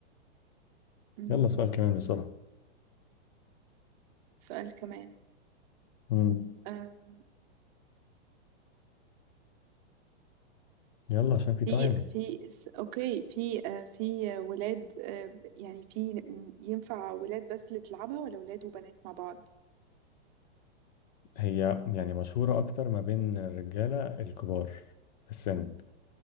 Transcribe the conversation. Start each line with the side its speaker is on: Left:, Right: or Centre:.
Right: مم،
Left: يلا سؤال كمان بسرعه
Right: سؤال كمان
Left: مم.
Right: آه،
Left: يلا عشان في
Right: في
Left: تايم
Right: في س- اوكي في آه، في ولاد آه، يعني في ينفع ولاد بس اللي تلعبها ولا ولاد وبنات مع بعض
Left: هي يعني مشهوره اكتر ما بين الرجاله الكبار في السن